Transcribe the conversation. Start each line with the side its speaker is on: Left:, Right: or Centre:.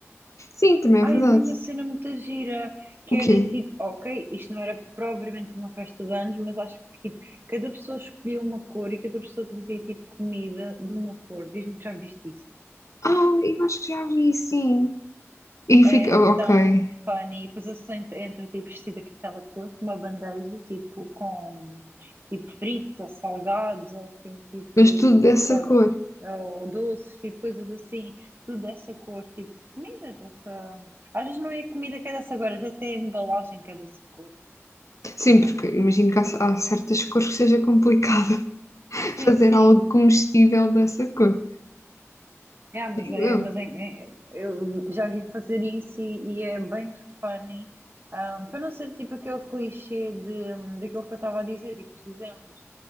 Left: Sim, também
Right: Ai,
Left: é verdade.
Right: eu vi uma cena muito gira que
Left: O
Right: era
Left: quê?
Right: tipo, ok, isto não era propriamente uma festa de anos, mas acho que tipo, cada pessoa escolhia uma cor e cada pessoa trazia tipo comida de uma cor. Diz-me que já viste isso.
Left: Ah, eu acho que já vi, sim. E
Right: É
Left: fica, oh,
Right: tão
Left: ok,
Right: funny. E Depois eu sou entre, entre tipo vestida com aquela cor, com uma bandeja, tipo com tipo fritos ou salgados, ou assim, tipo
Left: mas tudo dessa
Right: ou salga-
Left: cor.
Right: ou doces, tipo coisas assim, tudo dessa cor, tipo comidas dessa. Às vezes não é comida que é dessa cor, às vezes até a embalagem que é dessa cor.
Left: Sim,
Right: Mas...
Left: porque imagino que há, há certas cores que seja complicado <laughs>
Right: Sim,
Left: fazer
Right: sim.
Left: algo comestível dessa cor.
Right: É, mas
Left: Digo
Right: é,
Left: eu.
Right: mas é, é- eu já vi fazer isso e, e é bem funny, ahm, para não ser tipo aquele clichê de, hum, daquilo que eu estava a dizer, tipo os exemplos,